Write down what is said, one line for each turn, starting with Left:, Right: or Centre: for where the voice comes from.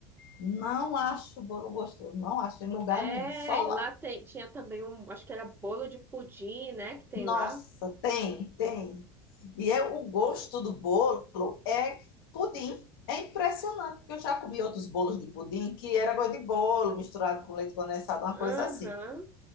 Left: Não acho bolo gostoso, não acho em lugar
Right: É,
Left: nenhum, só
Right: e
Left: lá.
Right: lá tem, tinha também um, acho que era bolo de pudim, né, que tem
Left: Nossa,
Right: lá.
Left: tem, tem. E é o gosto do bolo é pudim. É impressionante, porque eu já comi outros bolos de pudim que era gosto de bolo misturado com leite condensado, uma coisa
Right: Aham.
Left: assim.